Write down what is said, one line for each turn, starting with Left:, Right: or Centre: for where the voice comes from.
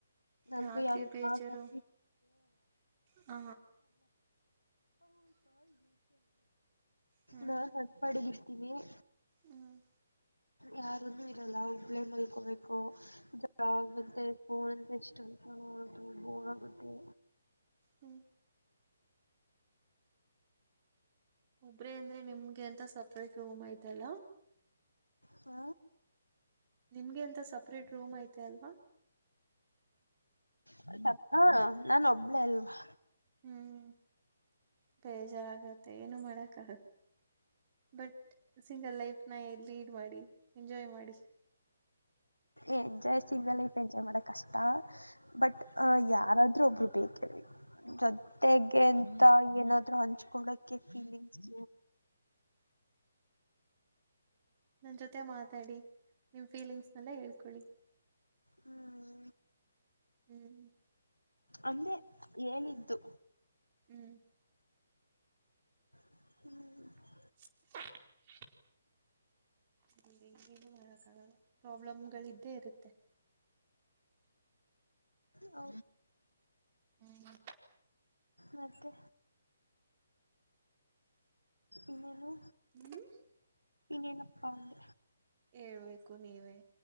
Left: ನನ್ಗೂ
Right: ಯಾಕ್ರಿ
Left: ಯಾರು
Right: ಬೇಜಾರು
Left: ಹ.
Right: ಹ ಹ್ಮ್
Left: ನಾನ್ ಅನ್ ಮಾಡಡಿದ್ದ ಇಷ್ಟ. ನೀಮ.
Right: ಹ್ಮ್
Left: ಯಾರನು ಇರಲ್ಲ ಹುಬ್ಳ ಮಲ್ಕೋಬೇಕು ಜ ಮತ್ತೆ ಫೋನ್ ಅಂತ ಇಷ್ಟ ಹೋಗ ಮತ್ತೆ.
Right: ಹ್ಮ್. ಒಬ್ರೇ ಅಂದ್ರೆ ನಿಮ್ಗೆ ಎಂತ ಸಪ್ರೇಟ್ ರೂಮ್ ಆಯತಲ್ಲ
Left: ಹ್ಮ
Right: ನಿಮ್ಗೆ ಎಂತ ಸಪ್ರೇಟ್ ರೂಮ್ ಐತೆ ಅಲ್ವಾ
Left: ಹ ಹಾ ನಾನ ಒಬ್ಳೇ ಅಲ್ವಾ
Right: ಹ್ಮ್ ಬೇಜಾರಾಗತ್ತೆ ಏನು ಮಾಡಕ ಬಟ್ ಸಿಂಗಲ್ ಲೈಫ್ ನ ಎಲ್ಲಿ ಲೀಡ್ ಮಾಡಿ ಎಂಜಾಯ್ ಮಾಡಿ
Left: ಎಜಾಯ್ ಸಿಂಗ ಇಪ್ಪ ಎಜ್ ಮಾಡಡ ಕಷ್ಟ ಬಟ್
Right: ಹ್ಮ್
Left: ಅ ಯಾರಾದ್ರೂ ಒಬ್ರು ಬೇಕೇ ಬೇಕು ಜೊತೆಗೆ ಎಂತ ಏನಾದ್ ಹಂಚ್ಕೊಳಕ್ಕೆ ಫೀಲಿಂಗ್ಸ
Right: ನನ್ ಜೊತೆ ಮಾತಾಡಿ ನಿಮ್ ಫೀಲಿಂಗ್ಸ್ನೆಲ್ಲ ಹೇಳ್ಕೊಳ್ಳಿ
Left: ಹ್ಮ್
Right: ಹ್ಮ್
Left: ಅಂದೆ ಏನಿದ್ದು
Right: ಹ್ಮ್
Left: ಹ್ಮ್
Right: ಹ ಅ ಏನು ಮಾಡಕ್ಕಾಗಲ್ಲ ಪ್ರಾಬ್ಲಮ್ಗಳ ಇದಿದ್ದೇ ಇರುತ್ತೆ
Left: ಹ
Right: ಹ್ಮ್
Left: ಮತ್ತೆ ಇನ್ನೇನು
Right: ಹ್ಮ್
Left: ಇನ್ನನು ಹೌದು
Right: ಹೇಳ್ಬೇಕು ನೀವೇ